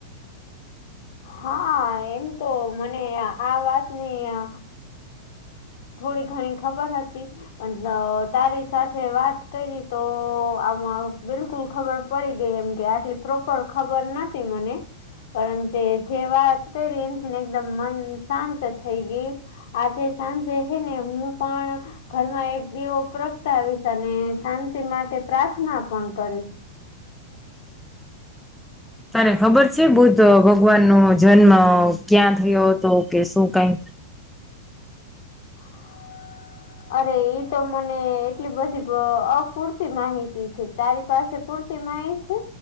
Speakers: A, on the left; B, in the centre.
A: હા એમ તો મને આ વાતની અ થોડી ઘણી ખબર હતી પણ તારી સાથે વાત કરી તો આમાં બિલકુલ ખબર પડી ગઈ એમ કે આટલી પ્રોપર ખબર નથી મને પરંતુ જે વાત કરી એમથી ને એકદમ મન શાંત થઈ ગયું આજે સાંજે હે ને હું પણ ઘરમાં એક દીવો પ્રગટાવીશ અને શાંતિ માટે પ્રાર્થના પણ કરીશ
B: તને ખબર છે બુદ્ધ ભગવાન નો જન્મ ક્યાં થયો હતો કે શું કઈ
A: હ અરે ઈ તો મને એટલી બધી અપૂરતી માહિતી છે તારી પાસે પૂરતી માહિત છે